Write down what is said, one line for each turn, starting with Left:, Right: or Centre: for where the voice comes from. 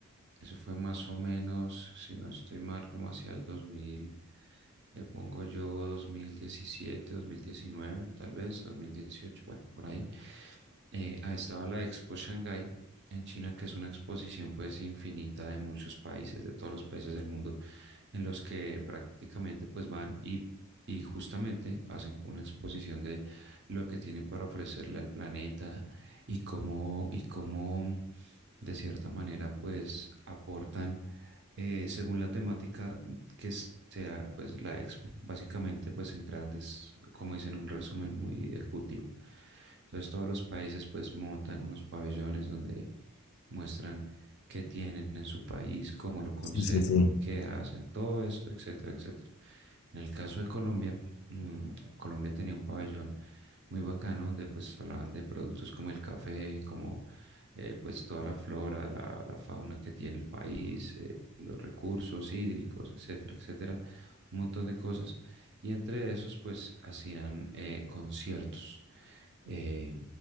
Right: Eso fue más o menos, si no estoy mal, como hacia el 2000, le pongo yo 2017, 2019, tal vez 2018, bueno, por ahí. Eh, ah, estaba la Expo Shanghai en China, que es una exposición pues infinita de muchos países, de todos los países del mundo, en los que prácticamente pues van y, y justamente hacen una exposición de lo que tienen para ofrecerle al planeta y cómo, y cómo de cierta manera, pues aportan eh, según la temática que sea pues la expo, básicamente pues en grandes, como dicen, un resumen muy ejecutivo. Entonces todos los países pues montan unos pabellones donde muestran qué tienen en su país, cómo lo conservan,
Left: Sí, sí, sí.
Right: qué hacen, todo esto, etcétera, etcétera. En el caso de Colombia, mm, Colombia tenía un pabellón muy bacano donde pues hablaban de productos como el café, como eh, pues toda la flora, la, la fauna que tiene el país, eh, los recursos hídricos, etcétera, etcétera, un montón de cosas. Y entre esos pues hacían eh, conciertos eh,